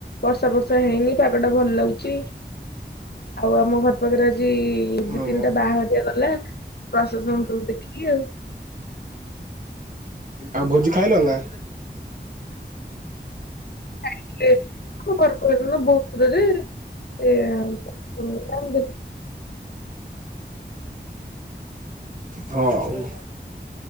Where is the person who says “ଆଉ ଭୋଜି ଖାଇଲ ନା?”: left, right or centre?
Right